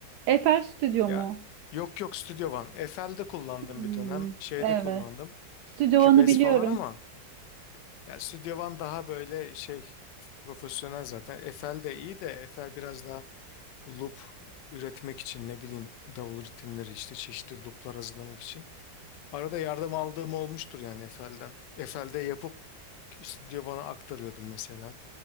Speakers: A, on the right; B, on the left.
A: Eiffel Studio
B: Ya
A: mu?
B: yok yok Studio One. FL'de kullandım
A: Hmm.
B: bir dönem. Şeyde
A: Evet.
B: kullandım.
A: Stüdyo
B: Cubase
A: One'ı biliyorum.
B: falan ama ya Studio One daha böyle şey profesyonel zaten. FL de iyi de FL biraz daha loop üretmek için ne bileyim davul ritimleri işte çeşitli looplar hazırlamak için. Arada yardım aldığım olmuştur yani FL'den. FL'de yapıp Studio One'a aktarıyordum mesela.